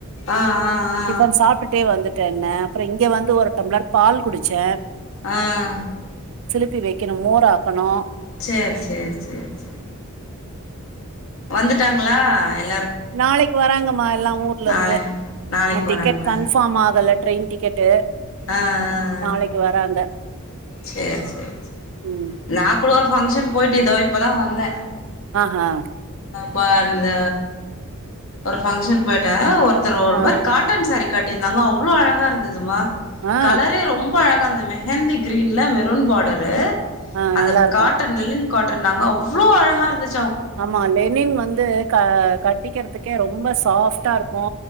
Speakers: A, on the left; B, on the right.
A: ஆ ஆ ஆ
B: டிஃபன் சாப்டுட்டே வந்துட்டேன்ன இங்க வந்து ஒரு டம்ளர் பால் குடிச்சே
A: ஆஹ்
B: த்தி வைக்கணு மோராக்காணு
A: சேர் சேர் சேர் சேர் வந்துட்டாங்களா எல்
B: நாளைக்கு வராங்கம்மா எல்லா ஊர்லருந்து
A: நாளை நாளைக்கு
B: இன்னு
A: வராங்களா
B: டிக்கெட் கன்ஃபார்ம் ஆகல ட்ரெயின் டிக்கெட்டு
A: ஆ ஆ
B: நாளைக்கு
A: ஆ
B: வராங்க
A: சேர் சேர் சேர்
B: ம்
A: நா கூடோ ஃபங்ஷன் போயிட்டு இதோ இப்பதா வந்தே
B: ஆ ஹா
A: ப இந்த ஒரு ஃபங்ஷன் போயிட்டே ஒரு த்தர் ஒரு
B: ஆ
A: மாரி காட்டன் சாரி கட்டிருந்தாங்க அவ்ளோ அழகா இருந்ததுமா
B: ஆ
A: கலரே ரொம்ப அழகாருந்த து மெஹந்தி க்ரீன்ல மெரூன் பாடரு
B: ஆ
A: அந்த
B: நல்லா இருக்கு
A: காட்டன் லெனின் காட்டன் நாங்க அவ்ளோ அழகா இருந்துச்
B: ஆமா லெனின் வந்து க கட்டிக்கிறத்துக் கே ரொம்ப சாஃப்டா இருக் கோ